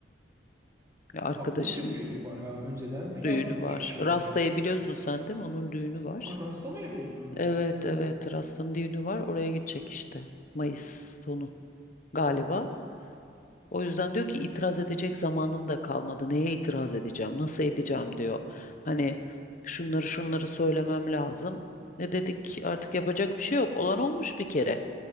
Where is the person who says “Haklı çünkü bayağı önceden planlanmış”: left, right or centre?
Right